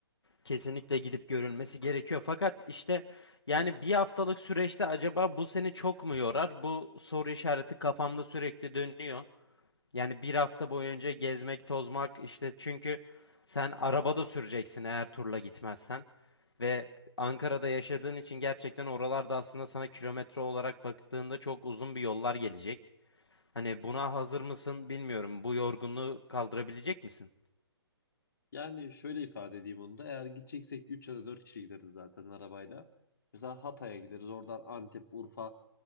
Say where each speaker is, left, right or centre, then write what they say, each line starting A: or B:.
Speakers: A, on the left (about 70°); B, on the left (about 50°).
A: Kesinlikle gidip görülmesi gerekiyor. Fakat işte yani bir haftalık süreçte acaba bu seni çok mu yorar? Bu soru işareti kafamda sürekli dönüyor. Yani bir hafta boyunca gezmek, tozmak işte çünkü sen arabada süreceksin eğer turla gitmezsen. Ve Ankara'da yaşadığın için gerçekten oralarda aslında sana kilometre olarak baktığında çok uzun bir yollar gelecek. Hani buna hazır mısın bilmiyorum. Bu yorgunluğu kaldırabilecek misin?
B: Yani şöyle ifade edeyim onu da. Eğer gideceksek 3 ya da 4 kişi gideriz zaten arabayla. Mesela Hatay'a gideriz. Oradan Antep, Urfa